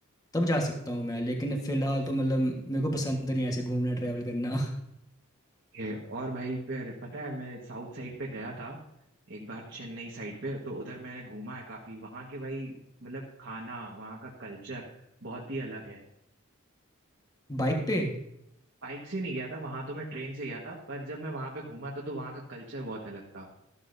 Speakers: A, on the left; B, on the right.
A: तब जा सकता हूँ मैं लेकिन फिलहाल तो मतलब मेरे को पसंद नहीं है ऐसे घूमना ट्रैवल करना
B: ये और भाई फिर पता है मैं साउथ साइड पे गया था एक बार चेन्नई साइड पे तो उधर मैंने घूमा है काफी वहां के भाई मतलब खाना वहां का कल्चर बहुत ही अलग है
A: <laughs> बाइक पे
B: बाइक से नहीं गया था वहां तो मैं ट्रेन से गया था पर जब मैं वहां पे घूमा था तो वहां का कल्चर बहुत अलग था